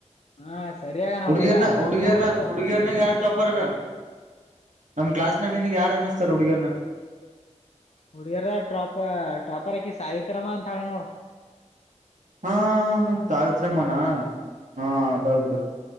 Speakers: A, on the left; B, on the right.
A: ಹಾ ಸರಿಯಾಗನ
B: ಹುಡುಗಿಯರ್ನ
A: ಹುಡ್ಗ
B: ಹುಡುಗಿಯರ್ನ
A: ಹತ್ತೊಂಬತ್ತು
B: ಹುಡುಗಿಯರ್ನ ಯಾರು ಟಾಪರ್ರ ಎಲ್ಲಾ ನಮ್ ಕ್ಲಾಸ್ ನ ನಿನಗ್ ಯಾರ ಅನತರ್ ಹುಡುಗರ್ನ
A: ಹುಡುಿಯರ ಟಾಪ ಟಾಪರ್ಾಕಿ ಸಾವಿತ್ರಾರಮ್ಮ ಅಂತ ಹೇಳ ನೋಡ
B: ಹಾ ಹ ಸಾವಿತ್ರಮ್ಮನ ಹಾ ಅದಳ್ಬಿಡು